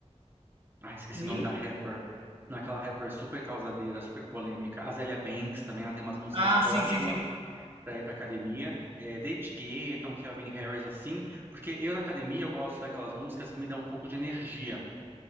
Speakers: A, on the right (about 20°); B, on the right (about 55°).
A: Ah, esqueci
B: Billy?
A: o nome da rapper. Naquela rapper super causadeira, super polêmica. Azealia Banks também, ela tem umas músicas
B: Ah,
A: ótimas
B: sim, sim, sim.
A: pra ir pra academia. É, David Guetta, um Calvin Harris, assim. Porque eu na academia eu gosto daquelas músicas que me dão um pouco de energia.